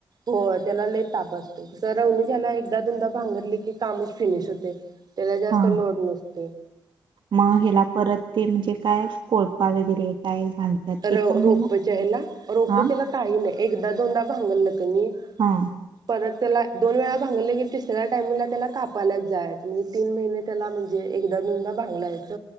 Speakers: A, on the right; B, on the right.
A: हो त्याला ल तापासत राहला एकदा दोनदा नांगरली की कामच फिनिश होते त्याला जास्त
B: हा
A: लोड नसते
B: मग ह्याला परत ते म्हणजे काय पाळकले काय घालतात
A: रोपच
B: ते पण घाला
A: ह्याला रोपच्याला
B: हा
A: काही नाही एकदा दोनदा भांगर कणी
B: हा
A: परत त्याला दोन वेळा भांगले की तिसऱ्या टामिंगला त्याला कापायच जाय म्हणजे तीन महिने त्याला म्हणजे एकदा दोन भगयच